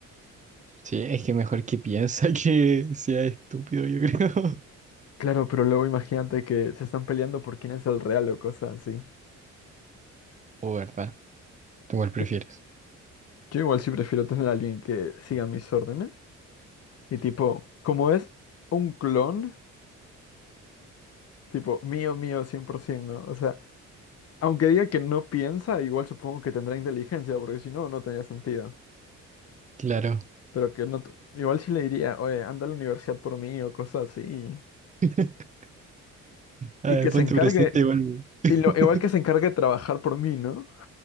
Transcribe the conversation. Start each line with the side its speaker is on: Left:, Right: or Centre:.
Right: Sí, es que mejor que piensa <laughs> que sea estúpido, yo creo. <laughs>
Left: Claro, pero luego imagínate que se están peleando por quién es el real o cosas así.
Right: O verdad, ¿tú cuál prefieres?
Left: Y- Yo igual sí prefiero tener a alguien que siga mis órdenes. Y tipo, como es un clon, tipo, mío, mío, 100%, ¿no? O sea, aunque diga que no piensa, igual supongo que tendrá inteligencia, porque si no, no tendría sentido.
Right: Claro.
Left: Pero que no. t- Igual sí le diría, oye, anda a la universidad por mí o cosas así.
Right: <laughs> A
Left: Y
Right: ver,
Left: que
Right: ponte
Left: se encargue.
Right: presente igual. <laughs>
Left: Y lo, igual que se encargue de trabajar por mí, ¿no?